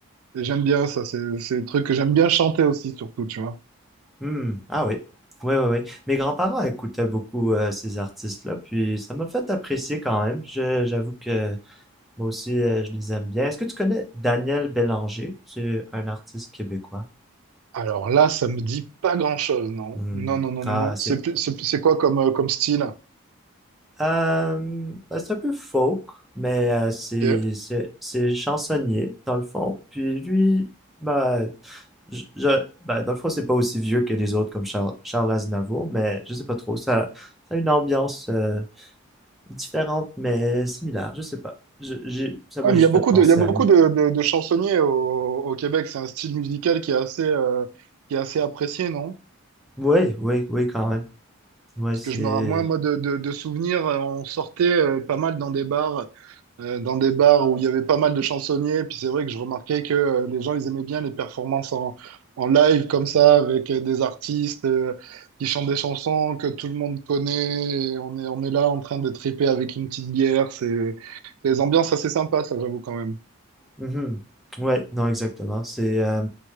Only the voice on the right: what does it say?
et j'aime bien ça, c'est c'est des trucs que j'aime bien chanter aussi, surtout, tu vois.
Alors là, ça me dit pas grand-chose, non.
Non, non, non,
non, non.
C'est plus- c'est plus- c'est quoi comme, euh, comme style?
Ok. Ouais,
mais il
y a beaucoup
de, il y a beaucoup
de, de- de chansonniers au, au Québec. C'est un style musical qui est assez, euh, qui est assez apprécié, non?
que je me ra- moi moi de, de, de souvenirs euh, on sortait euh, pas mal dans des bars euh, dans des bars où il y avait pas mal de chansonniers puis c'est vrai que je remarquais que euh, les gens ils aimaient bien les performances en en live comme ça avec euh, des artistes euh, qui chantent des chansons que tout le monde connaît et on est on est là en train de triper avec une petite bière c'est c'est des ambiances assez sympas ça j'avoue quand même